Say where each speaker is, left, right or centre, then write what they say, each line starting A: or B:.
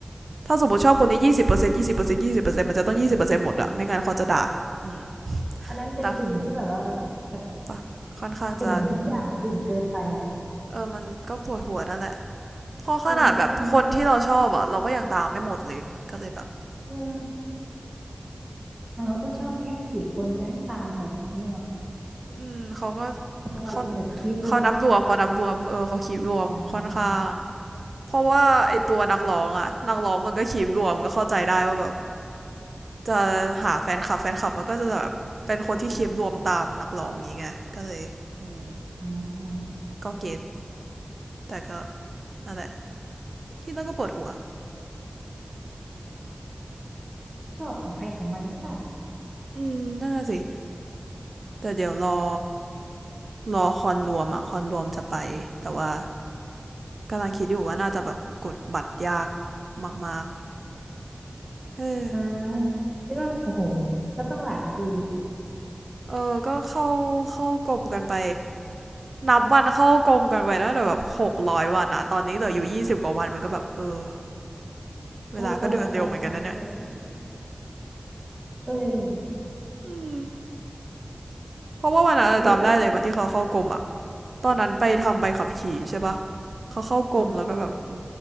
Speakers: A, on the right; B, on the right.
A: ถ้าสมมติชอบคนนี้ยี่สิบเปอร์เซ็นต์ยี่สิบเปอร์เซ็นต์ยี่สิบเปอร์เซ็นต์มันจะต้องยี่สิบเปอร์เซ็นต์หมดอะไม่งั้นเขาจะด่าอืม
B: อันนั้นเป็นติ่งที่แบบว่า
A: ด่า
B: แบบ
A: ปะค่อนข้างจะ
B: ติ่งทุกอย่างติ่งเกินไปอ่ะ
A: เออมันก็ปวดหัวนั่นแหละพอขนาดแบบคนที่เราชอบอะเราก็ยังตามไม่หมดเลยก็เลยแบบ
B: เออทุกคนก็อืมเอาเราก็ชอบแค่ไม่กี่คนจะให้ตามหมดงนี่หรอ
A: อืมเขาก็
B: คงอารมณ์แบบคีปวง
A: เขาเขานับรวมเขานับรวมเออเขาคีบรวมค่อนข้าง
B: อ่า
A: เพราะว่าไอตัวนักร้องอะนักร้องมันก็คีบรวมก็เข้าใจได้ว่าแบบจะหาแฟนคลับแฟนคลับมันก็จะแบบเป็นคนที่คีบรวมตามนักร้องอย่างเงี้ยก็เลยอืม
B: อ่า
A: ก็เก็ตแต่ก็นั่นแหละไร ที่แล้วก็ปวดหัว
B: ชอบของใครของมันก็ได้
A: อืมนั่นน่ะสิแต่เดี๋ยวรอรอคอนรวมอะคอนรวมจะไปแต่ว่ากำลังคิดอยู่ว่าน่าจะแบบกดบัตรยากมากๆเออ
B: อ่าคิดว่าโอ้โหก็ต้องหลายปี
A: เออก็เข้าเข้ากรมกันไปนับวันเข้ากรมกันไปนะแต่แบบหกร้อยวันอะตอนนี้เหลืออยู่ยี่สิบกว่าวันมันก็แบบเออเวลาก็เดินเร็วเหมือนกันนะเนี่ย
B: ก็กว่าจะจัดคอนเสิร์ตก็เร็วอยู่
A: อืมเพราะว่าวันนั้นจำได้เลยวันที่เขาเข้ากรมอะ
B: เพราะว่าถ้า
A: ตอนนั้นไปทำใบขับขี่ใช่ปะเขาเข้ากรมแล้วก็แบบอื
B: อ่า